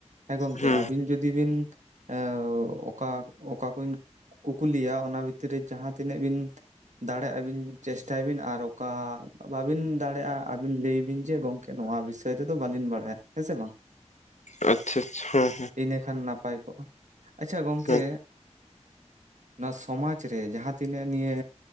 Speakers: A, on the right; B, on the left.
A: ᱦᱮᱸ ᱜᱚᱝᱠᱮ
B: ᱦᱩᱸ
A: ᱟᱹᱵᱤᱱ ᱡᱚᱫᱤ ᱵᱤᱱ ᱮ ᱚᱠᱟ ᱚᱠᱟ ᱠᱚᱵᱤᱱ ᱠᱩᱠᱩᱞᱤᱭᱟ ᱚᱱᱟ ᱵᱷᱤᱛᱨᱤ ᱨᱮ ᱡᱟᱦᱟᱸ ᱛᱤᱱᱟᱹᱜ ᱵᱤᱱ ᱫᱟᱲᱮᱭᱟᱜᱼᱟ ᱵᱤᱱ ᱪᱮᱥᱴᱟᱭ ᱵᱤᱱ ᱟᱨ ᱚᱠᱟ ᱵᱟᱵᱤᱱ ᱫᱟᱲᱮᱭᱟᱜᱼᱟ ᱟᱹᱵᱤᱱ ᱞᱟᱹᱭ ᱵᱤᱱ ᱡᱮ ᱜᱚᱝᱠᱮ ᱱᱚᱣᱟ ᱵᱤᱥᱚᱭ ᱛᱮᱫᱚ ᱵᱟᱞᱤᱧ ᱵᱟᱲᱟᱭᱟ᱾ ᱦᱮᱸ ᱥᱮ ᱵᱟᱝ?
B: <inaudible> ᱟᱪᱪᱷᱟ ᱟᱪᱪᱷᱟ ᱦᱚᱸ
A: ᱤᱱᱟᱹᱠᱷᱟᱱ ᱱᱟᱯᱟᱭ ᱠᱚᱜᱼᱟ᱾ ᱟᱪᱪᱷᱟ ᱜᱚᱝᱠᱮ
B: ᱦᱚᱸ
A: ᱱᱚᱣᱟ ᱥᱚᱢᱟᱡᱽ ᱨᱮ, ᱡᱟᱦᱟᱸ ᱛᱤᱱᱟᱹᱜ ᱱᱤᱭᱟᱹ